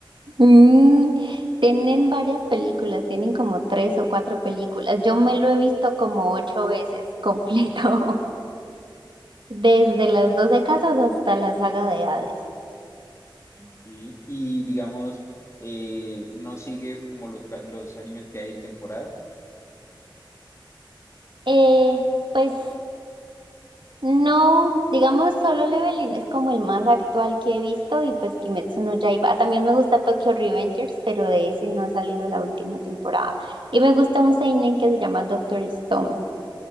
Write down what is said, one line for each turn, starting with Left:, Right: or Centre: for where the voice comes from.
Right: Mm, tienen varias películas, tienen como tres o cuatro películas. Yo me lo he visto como ocho veces completo, <laughs> desde las doce casas hasta la saga de Hades.
Left: Ok. Y digamos, eh, no sigues como los, ca- los animes que hay en temporada.
Right: Eh, pues no, digamos Solo Leveling es como el más actual que he visto y pues Kimetsu no Yaiba. También me gusta Tokyo Revengers, pero de ese no ha salido la última temporada. Y me gusta un seinen que se llama Doctor Stone.